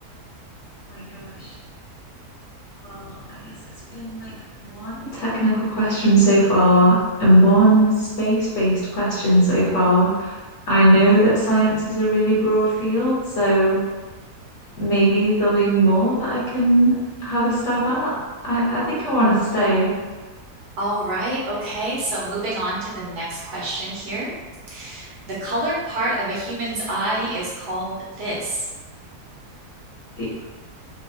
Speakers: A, on the left (about 55°); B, on the right (about 75°).
A: Oh my gosh. Well, I guess it's been like one Technical question so far and one space-based question so far. I know that science is a really broad field, so maybe there'll be more that I can have a stab at. I, I think I want to stay
B: All right, okay. So moving on to the next question here. The colored part of a human's eye is called this.
A: the